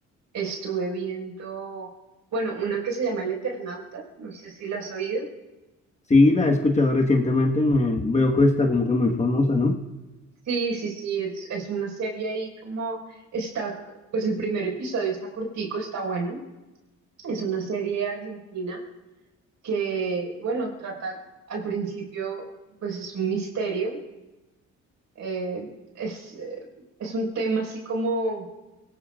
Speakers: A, on the right; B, on the left.
A: estuve viendo, bueno, una que se llama El Eternauta, no sé si la has oído.
B: Sí, la he escuchado recientemente, me veo que está como que muy famosa, ¿no?
A: Sí, sí, sí, es, es una serie ahí como está, pues el primer episodio está cortico, está bueno. Es una serie argentina que, bueno, trata al principio, pues es un misterio, eh, es, eh, es un tema así como,